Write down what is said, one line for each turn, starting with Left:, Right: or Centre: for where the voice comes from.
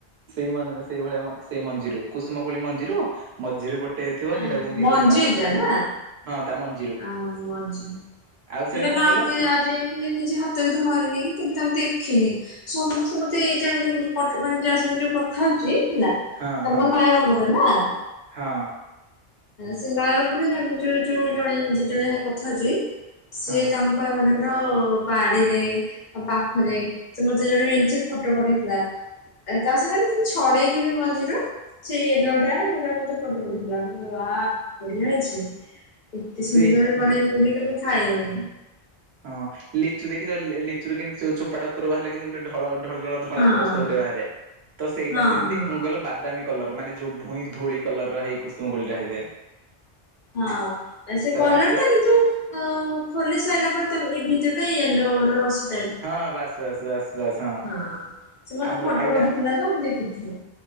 Right: ସେଇ ସେଇଭଳିଆ ସେଇ ମଞ୍ଜିରୁ କୁସୁମକୁଳି ମଞ୍ଜିରୁ ମଝିରୁ ଗୋଟେ ଗୋଟେ ଥିବ
Left: ଆ,
Right: ସେଇଟାକୁ କେମିତି
Left: ମଞ୍ଜିଟା
Right: ବାହାର କରାହେଇଯିବ।
Left: ନା?
Right: ହଁ ତା ମଞ୍ଜିରୁ
Left: ଆଉ ମଞ୍ଜି
Right: ଆଉ ସେଇଟା
Left: ମୁଁ ତାଙ୍କ
Right: କଣ କଲ?
Left: ଆଖି ନିଜେ ହାତରେ ଧରିନି କି କେବେ ତାଙ୍କୁ ଦେଖିନି। ସମସ୍ତେ ମତେ ଏଇଟା ଆମେ ମାନେ ଯହା ସା ଯୋଉ କଥା ହଉଛି ହେଲା
Right: ହଁ
Left: ତ
Right: ହଁ
Left: ମୁନ ମୟ କରରପଟ ନା ଆ
Right: ହଁ
Left: ସେ ନୟର ବୋଲିମ ଯୋଉ ଯୋଉ ଜଣେ ଦି ଜଣ କଥା ଅଛି ସିଏ
Right: ହଁ
Left: ତାଙ୍କ ମାନଙ୍କର ବାଡିରେ ଆଉ ପାଖରେ ତ ମତେ ଜଣେ ଏମତି ଫଟୋ ପଠେଇଥିଲା। ତା ସାଙ୍ଗରେ ସେ ଛଡେଇକି ବି ମଞ୍ଜିରୁ ସେଇ ନଅଟା ସେଟା ମତେ ପଟ ପଠେଇଥିଲା ବା ବଢିଆ ହେଇଛି। ଏତେ ସୁନ୍ଦର
Right: ସେଇ
Left: ମାନେ ମୁଁ ବି କେବେ ଖାଇନି।
Right: ହଁ ଲିଚୁ ଦେଖି ଲିଚୁ କେ ଚୋପାଟା ଉପରୁ ବାହାରିଲ କିନ୍ତୁ ଗୋଟେଢଳ ଢଳଢଳ ଧଳାପରସ୍ତ
Left: ହଁ।
Right: ଗୋଟେ ବାହାରେ ତ ସେଇଟା
Left: ହଁ
Right: ସେମିତି
Left: ହଁ
Right: କଣ କିଲ ବାଦାମୀ କଲର ମାନେ ଯୋଉ ଭୁଇ ଧୂଳି କଲର ହେଇ କୁସୁମ ଗୁଳିଟା ହେବେ।
Left: ହଁ ସେ କଲର
Right: ଆଙ୍କୁ
Left: ଟା କିନ୍ତୁ ଆଉ ଖୋଲି ସାରିଲା ପରେ ତମ ଏ ଭିତ ଟା ୟେଲୋ ରସ।
Right: ହଁ ବାସ୍ ବାସ୍ ବାସ୍ ବାସ୍
Left: ହଁ ସେ ମତେ
Right: ଆମର
Left: ଫଟ
Right: ଆଉ ଗୋଟେ
Left: ପଠିଥିଲା ତ ମୁଁ ଦେଖିଥିଲି।